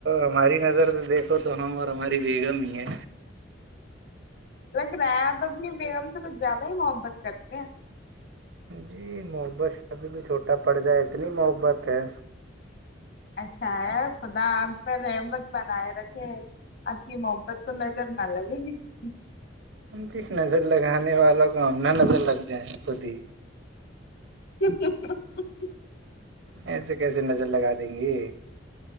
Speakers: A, on the right; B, on the left.
A: ہماری نظر سے دیکھو تو ہم اور ہماری بیگم ہی ہے
B: لگ رہا ہے بب بییرم سے تو زیاد ہی بت کرتے ہیں
A: جی محبت شبد بھی چھوٹا پڑ جائے اتنی محبت ہے
B: اچھا ہے خدا آپ پر رحمت بنائے رکھے آپ کی محبت کو نظر نہ لگے کسی کی
A: جی نظر لگانے والوں کو ہم ن نظر لگ جائیں خود ہی
B: ا <inaudible>
A: ایسے کیسے نظر لگا دیں گی